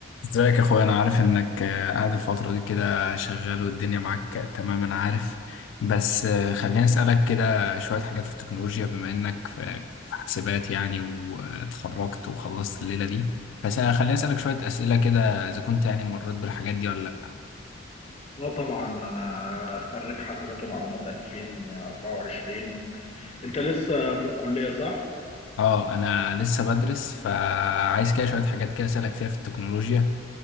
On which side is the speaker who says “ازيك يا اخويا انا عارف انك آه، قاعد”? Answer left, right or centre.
Left